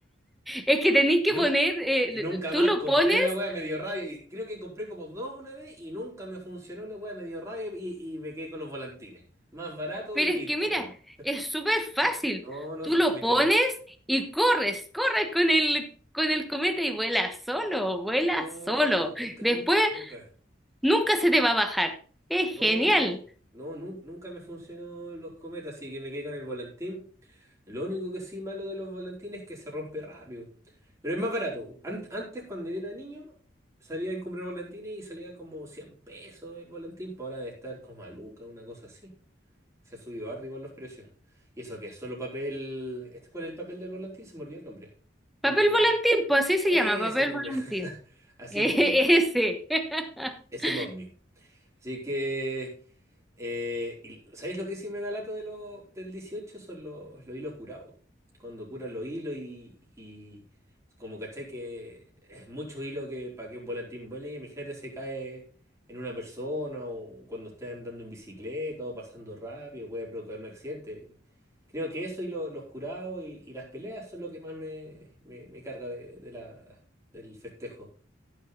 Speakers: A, in the centre; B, on the right (about 15°).
A: Es que tenéis
B: Y,
A: que
B: nu-
A: poner, eh,
B: y
A: l-
B: nunca
A: l- tú
B: más
A: lo
B: compré
A: pones,
B: la wea, me dio rabia. Y creo que compré como dos una vez y nunca me funcionó la wea, me dio rabia y, y me quedé con los volantines. Más barato
A: pero
B: y listo,
A: es que mira,
B: weón.
A: es súper fácil.
B: No, no,
A: Tú
B: si
A: lo
B: me echaría
A: pones y corres, corres con el, con el cometa y vuela solo, vuela
B: No,
A: solo.
B: si si nunca,
A: Después
B: nunca, nunca.
A: nunca se te va a bajar. Es
B: No,
A: genial.
B: no, nu- nunca me funcionó los cometas, así que me quedé con el volantín. Lo único que sí malo de los volantines es que se rompe rápido. Pero es más barato. Ant- antes, cuando yo era niño, salía a comprar volantines y salía como 100 pesos el volantín, para ahora de estar como a lucas, una cosa así. Se ha subido arriba los precios. Y eso que es solo papel. este- ¿Cuál es el papel del volantín? Se me olvidó el nombre. El.
A: Papel volantín, pues así se
B: Ese
A: llama, papel
B: nombre.
A: volantín.
B: <laughs> Así
A: <laughs> ese.
B: mismo. Ese
A: <laughs>
B: mommy. Así que, eh, y- ¿sabéis lo que sí me da lata de lo- del dieciocho Son los, los hilos curados. Cuando curan los hilos y, y como cachai que es mucho hilo que para que un volantín vuele, imagínate se cae en una persona o cuando esté andando en bicicleta o pasando rápido, puede provocar un accidente. Creo que eso y lo- los curados y, y las peleas son lo que más me, me- me carga de, de la, del festejo.